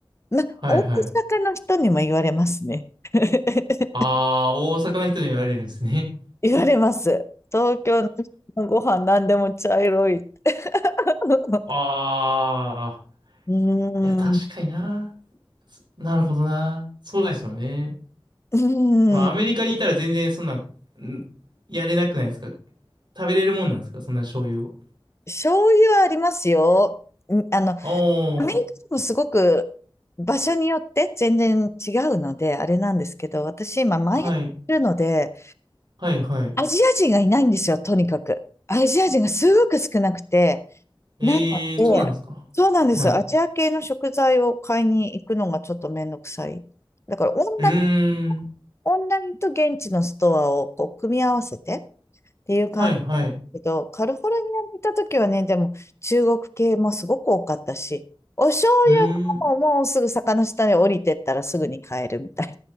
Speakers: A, on the left; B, on the right.
A: ま、
B: はい、
A: 大阪の人にも言われますね。
B: はい。
A: <laughs>
B: ああ、大阪の人に言われるんですね。
A: 言われます。東京の人のご飯何でも茶色い。<laughs>
B: ああ、
A: うーん。
B: いや、確かにな。そなるほどな。そうですよね。
A: うーん。
B: でもアメリカにいたら全然そんなん、んやれなくないですか食べれるもんなんですかそんな醤油を。
A: 醤油はありますよ。んあの、
B: あ
A: アメリカでもすごく場所によって全然違うので、あれなんですけど、私今前やってるので、
B: あ、はい、はい、はい。
A: アジア人がいないんですよ、とにかく。アジア人がすごく少なくて、
B: ええー、
A: なので、
B: そうなんですかはい。
A: そうなんです。アジア系の食材を買いに行くのがちょっとめんどくさい。
B: う
A: だからオンライン
B: ーん、
A: オンラインと現地のストアをこう組み合わせてっていう感じだけど、
B: はい、はい。う
A: カリフォルニアに行った時はね、でも中国系もすごく多かったし、お醤
B: ーん。
A: 油ももうすぐ坂の下に降りてったらすぐに買えるみたい